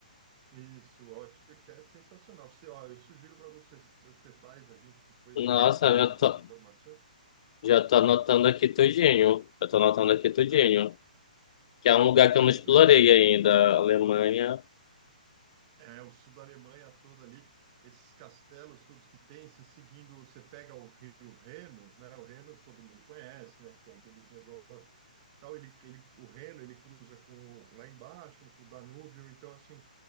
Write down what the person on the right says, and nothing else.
isso, Ótker, que é sensacional. Você, ó, eu sugiro para você, se você faz, a gente, depois
a gente vai trocando
as informações.
Aí.
Porque
é
muito
legal. Você
É, o sul da Alemanha todo ali, esses castelos todos que tem, você seguindo, você pega o rio Reno, né? O Reno todo mundo conhece, né? Que tem aqueles negócios, tal, ele, ele, o Reno, ele cruza com o, lá embaixo, com o Danúbio, então assim,